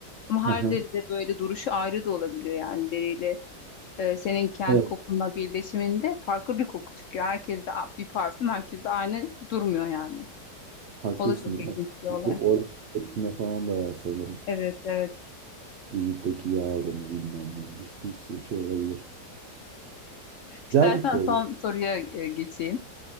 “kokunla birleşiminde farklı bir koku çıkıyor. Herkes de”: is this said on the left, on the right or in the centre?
Left